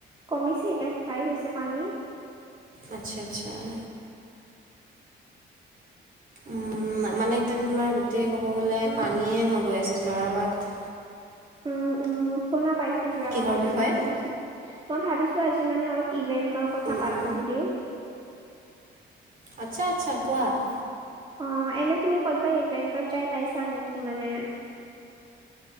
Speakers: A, on the right; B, on the right.
A: কমিছে এতিয়া শুকাই গৈছে পানী। <unintelligible>
B: আচ্ছা-আচ্ছা। <inaudible> উম! মানে এতিয়া তোমাৰ গোটেই ক'ব গ'লে
A: উম,
B: পানীয়ে হৈ গৈ আছে জৰা বাট। <inaudible>
A: উম-উম! শুনা পাইছোঁ জোৰা
B: কিহৰ
A: বাটত
B: বিষয়ে?
A: যে পানী হৈছে। <inaudible> মই ভাবিছোঁ আজি মানে অলপ ইভেন্টৰ কথা
B: উম,
A: পাতো
B: উম।
A: বুলি। <inaudible>
B: আচ্ছা-আচ্ছা! কোৱা? <inaudible>
A: অঁ! এনেই তুমি ক'ৰবাত ইভেন্টত যাই পাইছা নেকি মানে? <inaudible>